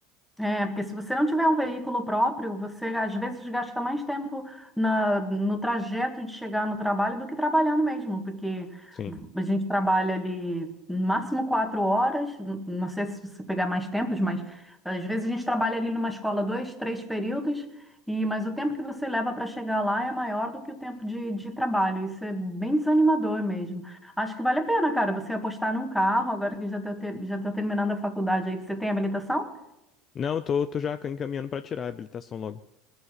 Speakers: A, in the centre; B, on the left (about 35°).
A: É, porque se você não tiver um veículo próprio, você às vezes gasta mais tempo na- no trajeto de chegar no trabalho do que trabalhando mesmo, porque
B: Sim.
A: a gente trabalha ali no máximo quatro horas, n- não sei se você pegar mais tempos, mas às vezes a gente trabalha ali numa escola dois, três períodos, e mas o tempo que você leva para chegar lá é maior do que o tempo de, de trabalho. Isso é bem desanimador mesmo. Acho que vale a pena, cara, você apostar num carro, agora que já está terminando a faculdade aí, você tem habilitação?
B: Não, eu tô, tô já encaminhando para tirar a habilitação logo.